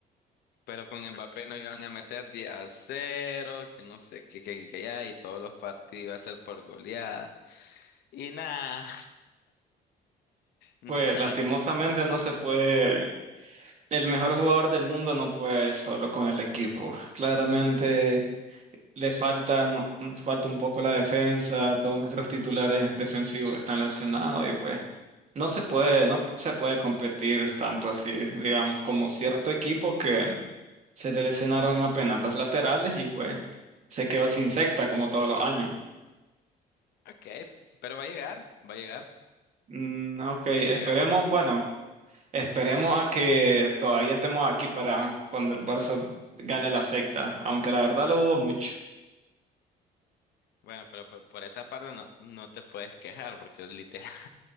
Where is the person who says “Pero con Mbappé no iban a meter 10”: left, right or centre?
Left